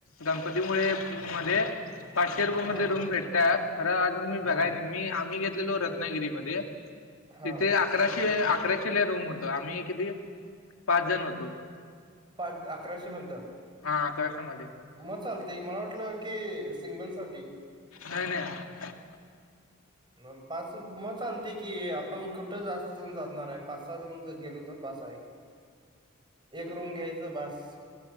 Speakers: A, on the left (about 90°); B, on the right (about 25°).
A: गणपती मुळे मध्ये पाचशे रुपया मध्ये
B: हा
A: रूम भेटतात खरं अजून मी
B: हा
A: बघाय नी मी मी घेतलेलो रत्नागिरी मध्ये
B: हा
A: तिथे आ अकराशे अकराशेला रूम होतं आम्ही किती पाच जण होतो.
B: पाच अकराशे मध्ध.
A: हा अकराशे मध्ये.
B: म चालते मला वाटलं की सिंगल साठी.
A: नाय नाय.
B: मम पाच सु मत चालते की आपण कुठं जास्त जण जाणार आहे पाच सहा जण गेलो तर बास आहे. एक रूम घ्यायचं बास.